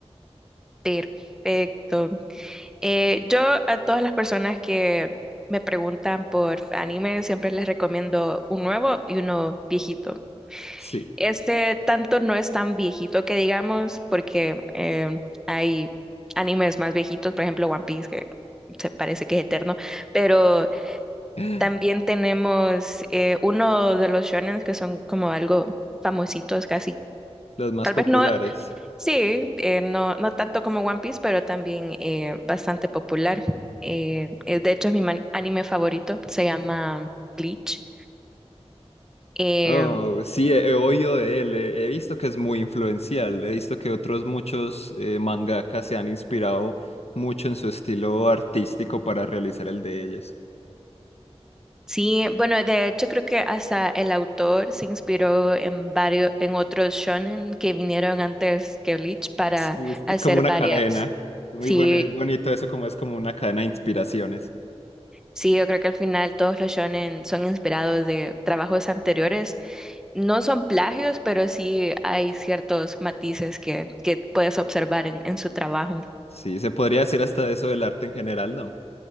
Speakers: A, in the centre; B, on the left.
A: Perfecto. Eh, yo a todas las personas que me preguntan por anime siempre les recomiendo un nuevo y uno viejito.
B: Sí,
A: Este tanto no es tan viejito que digamos porque eh, hay animes más viejitos, por ejemplo One Piece, que se parece que es eterno, pero
B: <laughs>
A: También tenemos eh, uno de los shonen que son como algo famositos casi.
B: los más
A: Tal
B: populares.
A: vez no, sí, eh, no, no tanto como One Piece, pero también eh, bastante popular. Eh, eh, de hecho, es mi man- anime favorito, se llama Bleach. Eh,
B: Oh, sí, he, he oído de él, he, he visto que es muy influencial, he visto que otros muchos eh, mangakas se han inspirado mucho en su estilo artístico para realizar el de ellos.
A: sí, bueno, de hecho creo que hasta el autor se inspiró en varios, en otros shonen que vinieron antes que Bleach para
B: Sí, es,
A: hacer
B: es como una
A: varias.
B: cadena. Es muy
A: Sí,
B: bueno, es bonito eso, como es como una cadena de inspiraciones.
A: Sí, yo creo que al final todos los shonen son inspirados de trabajos anteriores. No son plagios, pero sí hay ciertos matices que, que puedes observar en, en su trabajo.
B: Sí, se podría decir hasta de eso del arte en general, ¿no?